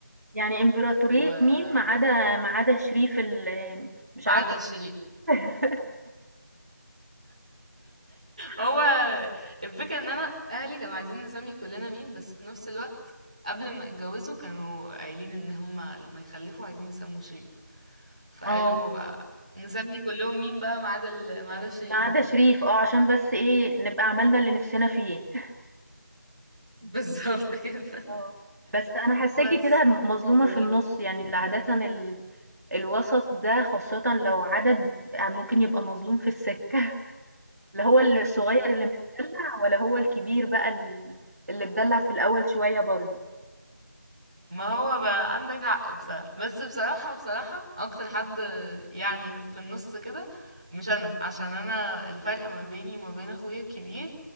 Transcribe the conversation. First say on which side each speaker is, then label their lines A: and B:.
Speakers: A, on the right; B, on the right.
A: يعني امبراطورية
B: و
A: مين ما عدا ما عدا شريف ال مش
B: ما
A: عارفة
B: عدا الشريف
A: <laughs>
B: هو الفكرة ان انا اهلي كانوا عايزين نسمي كلنا مين بس في نفس الوقت قبل ما يتجوزوا كانوا قايلين ان هما لما يخلفوا عايزين يسموا شريف فقالوا
A: اه
B: نسمي كلهم مين بقى ما عدا ال- ما عدا الشريف
A: ما عدا
B: ده
A: شريف اه عشان بس ايه نبقى عملنا اللي نفسنا فيه <laughs>
B: <laughs> بالظبط كده
A: اه بس انا حاساكي
B: بس
A: كده مظلومة
B: و...
A: في النص يعني اللي عادة ال... الوسط ده خاصة لو عدد ممكن يبقى مظلوم في السكة لا هو الصغير اللي متدلع ولا هو الكبير بقى ال- اللي اتدلع في الأول شوية برضو
B: ما هو بقى عندك حق بصراحة بس بصراحة بصراحة أكتر حد يعني في النص كده مش أنا عشان أنا الفرق ما بيني وما بين أخويا الكبير